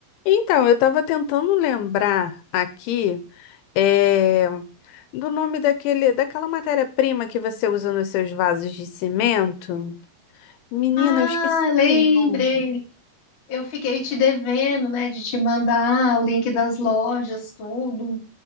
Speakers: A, on the left (about 80°); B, on the left (about 65°).
A: Então, eu estava tentando lembrar aqui eh, do nome daquele, daquela matéria-prima que você usa nos seus vasos de cimento. Menina,
B: Ah,
A: eu esqueci
B: lembrei.
A: o nome.
B: Eu fiquei te devendo, né, de te mandar o link das lojas, tudo.